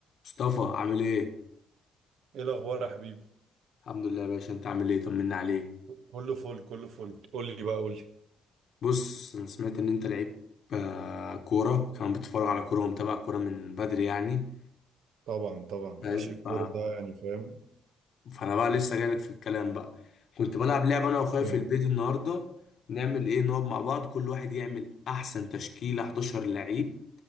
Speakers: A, on the left; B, on the right.
A: مصطفى عامل ايه؟
B: ايه الاخبار يا حبيبي
A: الحمد لله يا باشا انت عامل ايه؟ طمنا عليك
B: كله فل كله فل قول لي بقى قول لي
A: بص انا سمعت ان انت لعيب آه، كورة وكمان بتتفرج على كورة ومتابع كورة من بدري يعني
B: طبعا طبعا
A: فاهم
B: عشق
A: ف...
B: الكوره ده يعني فاهم
A: فانا بقى لسه جايلك في الكلام بقى كنت بلعب لعبة انا واخويا
B: اوكي
A: في البيت النهاردة نعمل ايه نقعد مع بعض كل واحد يعمل احسن تشكيلة 11 لعيب